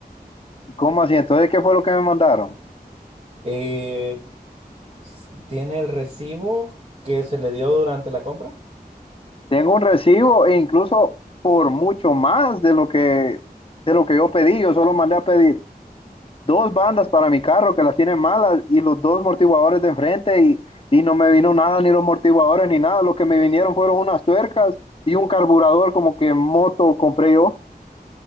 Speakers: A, on the left; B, on the right.
A: ¿Cómo así? Entonces, ¿qué fue lo que me mandaron?
B: Eh, s- ¿tiene el recibo que se le dio durante la compra?
A: Tengo un recibo e incluso por mucho más de lo que de lo que yo pedí. Yo solo mandé a pedir dos bandas para mi carro que las tienen malas y los dos amortiguadores de enfrente y, y no me vino nada, ni los amortiguadores ni nada. Lo que me vinieron fueron unas tuercas y un carburador como que moto compré yo.